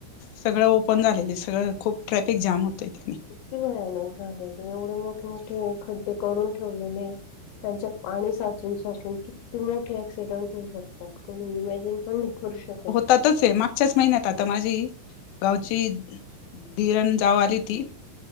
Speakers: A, on the left; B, on the left.
A: सगळं ओपन झालेले, सगळं खूप ट्रॅफिक जाम होतय त्यांनी.
B: किती भयानक झालेले एवढे मोठे मोठे खड्डे करून ठेवलेले. त्यांच्यात पाणी साचून साचून किती मोठे ऍक्सिडंट होऊ शकते. त्यात कोणी इमॅजिन पण नाही करू शकत.
A: त त आहे मागच्याच महिन्यात आता
B: हम्म
A: माझी गावची दिर जाऊ आली ती.